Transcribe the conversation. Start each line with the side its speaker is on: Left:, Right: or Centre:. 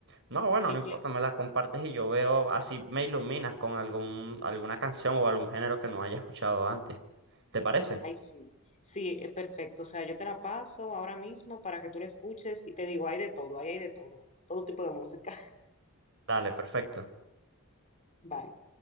Right: No, bueno,
Left: Mi
Right: no importa,
Left: play,
Right: me la compartes y yo veo, así me iluminas con algún, alguna canción o algún género que no haya escuchado antes. ¿Te parece?
Left: ay, sí. Sí, eh, perfecto. O sea, yo te la paso ahora mismo para que tú la escuches y te digo, hay de todo, ahí hay de todo, todo tipo de música. <laughs>
Right: Dale, perfecto.
Left: Bye.